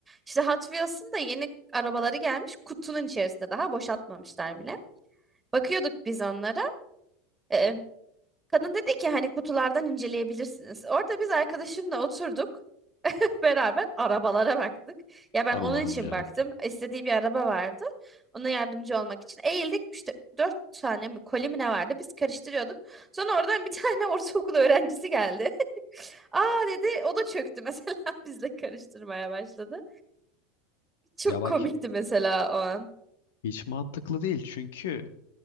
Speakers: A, on the right (about 15°); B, on the left (about 75°).
A: İşte Hot Wheels'ın da yeni arabaları gelmiş kutunun içerisinde daha boşaltmamışlar bile. Bakıyorduk biz onlara. Ee, kadın dedi ki hani kutulardan inceleyebilirsiniz. Orada biz arkadaşımla oturduk beraber arabalara baktık. Ya ben
B: Allah'ım
A: onun için
B: ya
A: baktım.
B: Rabbim.
A: İstediği bir araba vardı. Ona yardımcı olmak için eğildik. İşte dört tane mi koli mi ne vardı? Biz karıştırıyorduk. Sonra oradan bir <laughs> tane ortaokul öğrencisi geldi. <laughs> Aa dedi o da çöktü mesela <laughs> bizle karıştırmaya başladı. Çok
B: Ya bak
A: komikti mesela o an.
B: hiç mantıklı değil çünkü